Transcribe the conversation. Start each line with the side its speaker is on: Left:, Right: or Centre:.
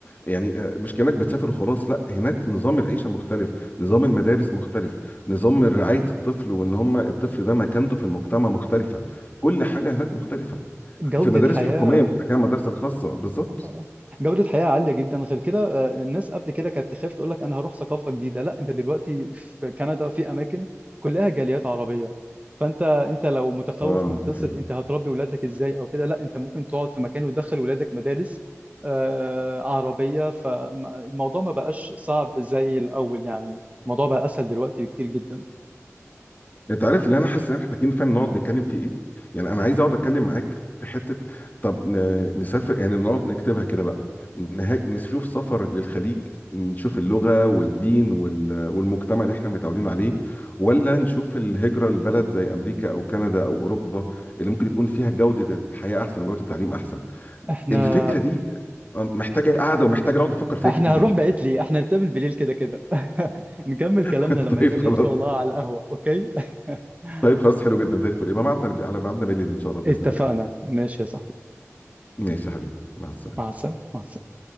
Left: يعني آه، مش كانك بتسافر وخلاص لا هناك نظام العيشه مختلف نظام المدارس مختلف نظام رعايه الطفل وان هم الطفل ده مكانته في المجتمع مختلفه كل حاجه هناك مختلفه
Right: جودة
Left: في المدارس
Right: حياة
Left: الحكوميه مش مكان المدارس الخاصه بالظبط
Right: اه آه. جودة حياة عالية جدا غير كده آه، الناس قبل كده كانت تخاف تقول لك انا هروح ثقافة جديدة لا انت دلوقتي في كندا في اماكن كلها جاليات عربية فانت انت لو متخوف
Left: اه
Right: من قصة
Left: ده حقيقي
Right: انت هتربي ولادك ازاي او كده لا انت ممكن تقعد في مكان وتدخل ولادك مدارس آه، عربية فالموضوع ما بقاش صعب زي الاول يعني الموضوع بقى اسهل دلوقتي بكتير جدا
Left: انت عارف اللي انا حاسس ان احنا محتاجين فعلا نقعد نتكلم فيه ايه يعني انا عايز اقعد اتكلم معاك في حته طب ن- نسافر يعني نقعد نكتبها كده بقى نها- نشوف سفر للخليج نشوف اللغه والدين وال- والمجتمع اللي احنا متعودين عليه ولا نشوف الهجره لبلد زي امريكا او كندا او اوروبا اللي ممكن يكون فيها جوده الحياه احسن وجوده التعليم احسن
Right: احنا
Left: الفكره دي محتاجه قاعده ومحتاجه نقعد نفكر فيها
Right: احنا
Left: كتير
Right: هنروح بعيد ليه احنا نتقابل بالليل كده كده <laughs> نكمل
Left: <laughs>
Right: كلامنا لما
Left: طيب
Right: نتقابل
Left: خلاص
Right: ان شاء الله على القهوة اوكي <laughs>
Left: طيب خلاص حلو جدا زي الفل يبقى ميعادنا على ميعادنا بالليل ان شاء الله باذن
Right: اتفقنا
Left: الله
Right: ماشي يا صاحبي
Left: ماشي يا حبيبي مع السلامة
Right: مع السلامة مع السلامة